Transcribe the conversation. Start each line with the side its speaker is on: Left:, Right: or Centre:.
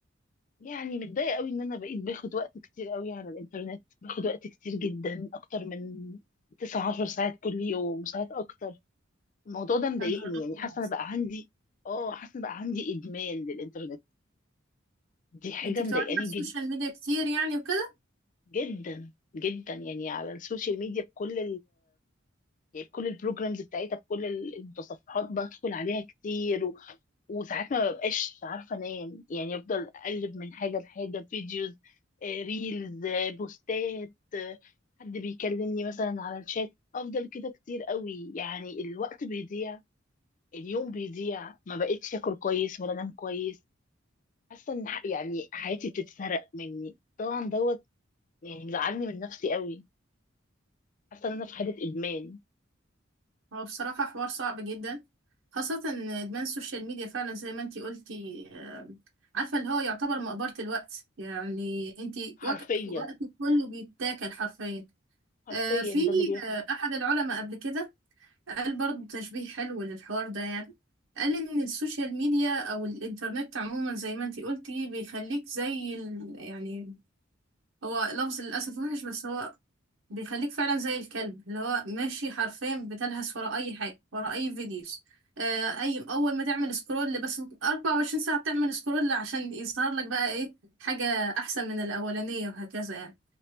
Left: يعني متضايقة قوي ان انا بقيت باخد وقت كتير قوي على الانترنت باخد وقت كتير جدا اكتر من 9 10 ساعات كل يوم وساعات اكتر الموضوع ده مضايقني
Right: يا نهار ابيض
Left: يعني حاسة انا بقى عندي اه حاسة بقى عندي ادمان للانترنت دي حاجة
Right: انت بتقعدي
Left: مضايقاني
Right: على السوشيال
Left: جد
Right: ميديا كتير يعني وكده
Left: جدا جدا يعني على السوشيال ميديا بكل يعني بكل البروجرامز بتاعتها بكل المتصفحات بدخل عليها كتير و... وساعات ما ببقاش عارفه انام يعني افضل اقلب من حاجه لحاجه فيديوز آه، ريلز آه، بوستات آه، حد بيكلمني مثلا على الشات افضل كده كتير قوي يعني الوقت بيضيع اليوم بيضيع ما بقتش اكل كويس ولا انام كويس حاسه ان ح- يعني حياتي بتتسرق مني طبعا دوت يعني مزعلني من نفسي قوي حاسه ان انا في حاله ادمان
Right: هو بصراحه حوار صعب جدا خاصه ان ادمان السوشيال ميديا فعلا زي ما انت قلتي آه، عارفه اللي هو يعتبر مقبره الوقت يعني انت وك...
Left: حرفيا
Right: وقتك كله بيتاكل حرفيا
Left: حرفيا
Right: آه، في
Left: ده اللي بيحصل
Right: آه، احد العلماء قبل كده قال برضه تشبيه حلو للحوار ده يعني قال إن السوشيال ميديا أو الإنترنت عموما زي ما انتي قلتي بيخليك زي ال... يعني هو لفظ للأسف وحش بس هو بيخليك فعلا زي الكلب اللي هو ماشي حرفيا بتلهث ورا أي حاجة ورا أي فيديوز آه أي أول ما تعمل سكرول بس 24 ساعة بتعمل سكرول عشان يظهر لك بقى إيه حاجة أحسن من الأولانية وهكذا يعني